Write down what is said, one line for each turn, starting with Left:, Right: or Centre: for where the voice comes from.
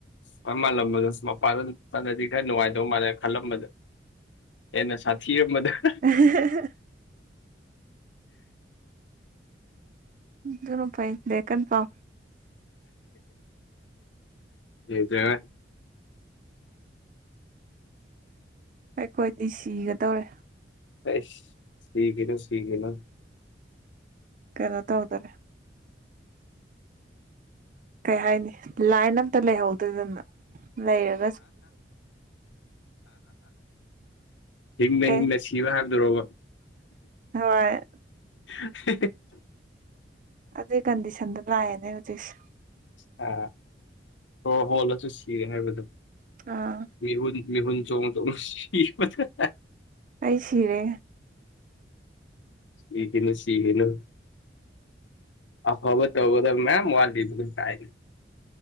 Left: ꯈꯨꯋꯥꯏ ꯃꯥꯜꯂꯝꯕꯗꯣꯁ ꯃꯄꯥꯜꯗ ꯑꯗꯨꯛ ꯆꯠꯂꯗꯤ ꯈꯔ ꯅꯨꯡꯉꯥꯏꯗꯧ ꯃꯥꯜꯂꯦ ꯈꯜꯂꯝꯕꯗ ꯍꯦꯟꯅ ꯁꯥꯊꯤꯔꯝꯕꯗ
Right: <unintelligible> ꯑꯗꯨꯅ ꯐꯩ ꯂꯥꯏꯔꯤꯛꯀꯟ ꯄꯥꯎ
Left: ꯌꯦꯡꯖꯔꯦ
Right: ꯑꯩꯈꯣꯏꯗꯤ ꯁꯤꯒꯗꯧꯔꯦ
Left: ꯑꯩꯏꯁ ꯁꯤꯒꯤꯅꯣ ꯁꯤꯒꯤꯅꯣ
Right: ꯀꯩꯅꯣ ꯇꯧꯗꯔꯦ ꯀꯩ ꯍꯥꯏꯅꯤ ꯂꯥꯏꯟ ꯑꯝꯇ ꯂꯩꯍꯧꯗꯗꯅ ꯂꯩꯔ
Left: ꯍꯤꯡꯅ
Right: ꯀꯩ
Left: ꯍꯤꯡꯅ ꯁꯤꯕ ꯍꯥꯏꯕꯗꯨꯔꯣꯕ
Right: ꯍꯣꯏ
Left: <unintelligible>
Right: ꯑꯗꯨꯏ ꯀꯟꯗꯤꯁꯟꯗ ꯉꯥꯏꯔꯤꯅꯦ ꯍꯧꯖꯤꯛꯁ
Left: ꯑ ꯔꯣ ꯍꯣꯠꯂꯁꯨ ꯁꯤꯔꯦ ꯍꯥꯏꯕꯗꯣ
Right: ꯑꯥ
Left: ꯃꯤꯍꯨꯟ ꯃꯤꯍꯨꯟ ꯆꯣꯡ ꯆꯣꯡ ꯁꯤ ꯐꯖꯟ
Right: ꯑꯩ ꯁꯤꯔꯦ
Left: ꯁꯤꯒꯤꯅꯣ ꯁꯤꯒꯤꯅꯣ ꯑꯐꯕ ꯇꯧꯒꯗꯕ ꯃꯌꯥꯝ ꯋꯥꯠꯂꯤꯕꯅꯦ ꯀꯥꯏꯅ